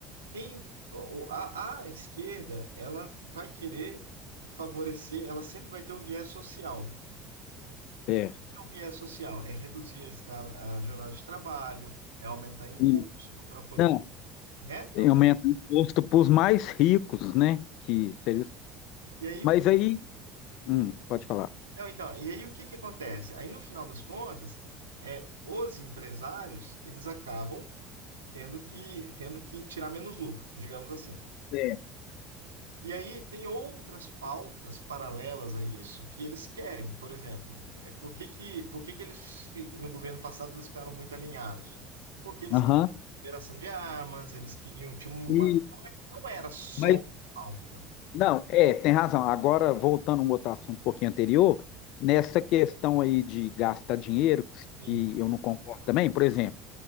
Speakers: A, on the right; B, on the left.
A: quem o- a, a esquerda, ela vai querer favorecer, ela sempre vai ter o viés social. O
B: é.
A: que é o viés social? É reduzir a escala, a jornada de trabalho, é aumentar imposto
B: E,
A: para poder,
B: não,
A: né? pra-
B: e aumenta o imposto para os mais ricos, né? Que seria, os-
A: e aí,
B: mas
A: o
B: aí, hum, pode falar.
A: Não, então, e aí o que que acontece? Aí no final das contas, é, os empresários, eles acabam tendo que, tendo que tirar menos lucro, digamos assim.
B: É.
A: E aí tem outras pautas paralelas a isso que eles querem. Por exemplo, é, por que que, por que que eles, fi- no governo passado, eles ficaram muito alinhados? Porque eles
B: Aham.
A: queriam liberação de armas, eles queriam, tinha uma,
B: E,
A: não era só
B: mas
A: pauta.
B: não, é, tem razão. Agora, voltando a um outro assunto um pouquinho anterior, nessa questão aí de gastar dinheiro,
A: Sim.
B: que eu não concordo também, por exemplo.